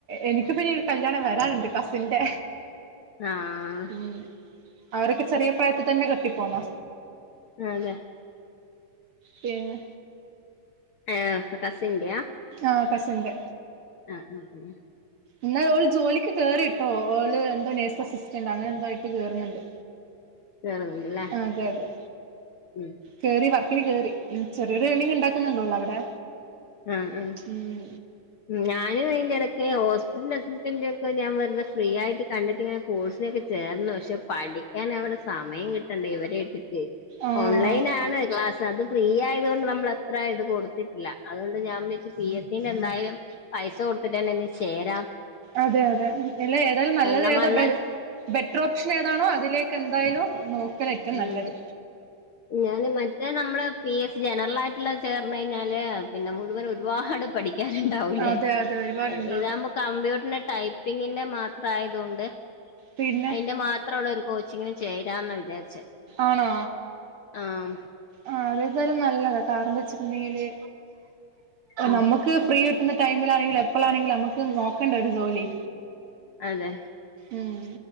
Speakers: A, on the right; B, on the left.
A: എനിക്ക് പിന്ന ഒരു കല്യാണം വരാനുണ്ട് കസിന്റെ
B: ആഹ്
A: ഉം അവരൊക്കെ ചെറിയ പ്രായത്തി തന്നെ കെട്ടിപ്പോണോ
B: അതെ
A: പിന്നെ
B: ഏഹ് കസിന്റയോ
A: ആഹ് കസിന്റെ
B: ആഹ് ആഹ് ആഹ്
A: എന്നാ ഓള് ജോലിക്ക് കേറിട്ടോ ഓള് എന്തോ നഴ്സ് അസിസ്റ്റന്റ് അങ്ങനെ എന്തോ ആയിട്ട് കേറുന്നുണ്ട്
B: കേറുന്നുണ്ടല്ലേ
A: അതെ അതെ
B: ഉം
A: കയറി വർക്കിന് കയറി ചെറിയൊരു ഏർണിങ് ഉണ്ടാക്കുന്നുണ്ട് ഓള് അവിടെ
B: ആഹ് ആഹ്
A: ഉം
B: ഞാനും അയിന്റ ഇടക്ക് ഹോസ്പിറ്റൽ അഡ്മിനിസ്ട്രേഷന്റ ഒക്ക ഞാൻ വെറു ഫ്രീ ആയിട്ട് കണ്ടിട്ട്ങ്ങനെ കോഴ്സിലൊക്കെ ചേർന്നു പക്ഷെ പഠിക്കാൻ എവിടെ സമയം ണ്ടേ ഇവരെ ഇട്ടിട്ടെ
A: ആഹ്
B: ഓൺലൈനാണ് ക്ലാസ്സ്‌ അതും ഫ്രീ ആയത് കൊണ്ട് നമ്മൾ അത്ര ഇത് കൊടുത്തിട്ടില്ല അതുകൊണ്ട് ഞാൻ വിചാരിച് പി എസ് സീന്റെ എന്തായാലും പൈസ കൊടുത്തിട്ട് തന്ന ഒന്ന് ചേരാം
A: അതെ അതെ ഇല്ല ഏതായാലും നല്ലത്
B: നമ്മ
A: ഏതാ
B: എന്നാൽ
A: ബെറ്റർ ഓപ്ഷൻ ഏതാണോ അതിലേക്ക് എന്തായാലും നോക്കൽ ഏറ്റോം
B: ഉം
A: നല്ലത്
B: ഞാന് മറ്റേ നമ്മള് പി എസ് സി ജനറൽ ആയിട്ടുള്ള ചേർന്ന് കഴിഞ്ഞാല് പിന്നെ മുഴുവൻ ഒരുപാട് പഠിക്ക പഠിക്കാറണ്ടാവൂലേ
A: അതെ അതെ ഒരുപാടുണ്ടാവും
B: ഇതാകുമ്പ കമ്പ്യൂട്ടറിന്റെ ടൈപ്പിങ്ങിന്റെ മാത്രം ആയതുകൊണ്ട്
A: പിന്നെ
B: അതിന്റെ മാ ത്രം ഉള്ള ഒരു കോച്ചിങ്ങിന് ചേരം ന്നാ വിചാരിചേ
A: ആണോ
B: ആഹ
A: ആ അതേതായാലും നല്ലതാ കാരണം എന്താ വെച്ചിട്ടുണ്ടെങ്കില്
B: ഉം
A: നമ്മുക്ക് ഫ്രീ ടൈമിലാണങ്കിലും എപ്പോഴാണെങ്കിലും നമുക്ക് നോക്കണ്ടെ ഒരു ജോലി
B: അതെ
A: ഉം